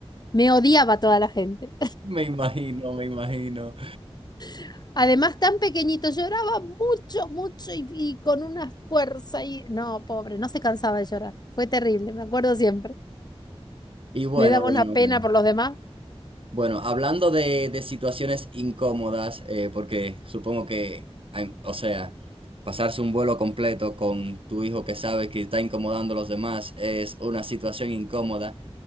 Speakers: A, on the left (about 40°); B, on the right (about 60°).
A: Me odiaba toda la gente.
B: me imagino, me imagino.
A: <laughs> Además, tan pequeñito, lloraba mucho, mucho y, y con una fuerza y... No, pobre, no se cansaba de llorar. Fue terrible, me acuerdo siempre.
B: Y bueno,
A: Me daba
B: bueno,
A: una pena
B: bueno.
A: por los demás.
B: Bueno, hablando de, de situaciones incómodas, eh, porque supongo que, hay- o sea, pasarse un vuelo completo con tu hijo que sabe que está incomodando a los demás es una situación incómoda,